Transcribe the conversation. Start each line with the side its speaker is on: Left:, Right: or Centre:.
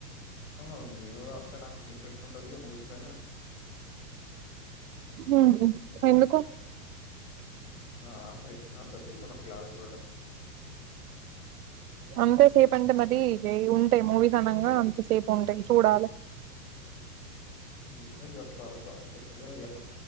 Left: అవున అంతిన ఇంట్రెస్ట్ ఉండది ఈ మూవీస్ పైన
Right: హ ఎందుకు
Left: ఆ అంతసేపు ఉన్నప్పుడు కాదు చూడడం
Right: అంతే సేపు అంటే మది ఉంటాయి మూవీస్ అనగా అంత సేపు ఉంటాయి చూడాలి
Left: ఏవో అట్లా అ లా